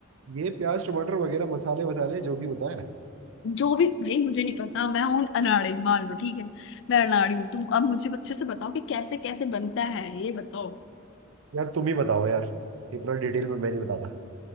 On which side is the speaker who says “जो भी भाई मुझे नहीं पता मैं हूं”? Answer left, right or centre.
Left